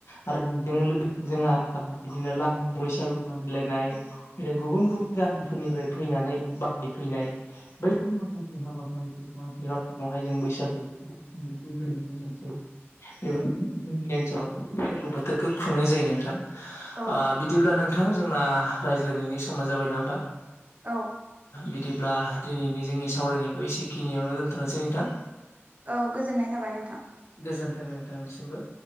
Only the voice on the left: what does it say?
आरो बेजोंनो लोगोसे जोंहा बिदिनो लांदां बैसागु बादायलायनाय फ्राय गुबुन गुबुन गामिफोरनिफ्राय फैनानै बादाय फैनाय बैफोर माखासे हाबाफारिफोरखौ <unintelligible> समावहाय जों बैसागु खुंनायखौ जों नुनो मोनसै बेबायदिनो जोंनि ओनसोलावहाय बैसागु बोथोरखौ खुंनाय जायो नोंथां
ओ बिदिब्ला नोंथां जोंना रायज्लायनायनि समा जाबाय नङा होमबा
बिदिब्ला दिनैनि जोंनि सावरायनायखौ एसेखिनियावनो दोन्थ'नोसै नोंथां
गोजोन्थों नोंथांनिसिमबो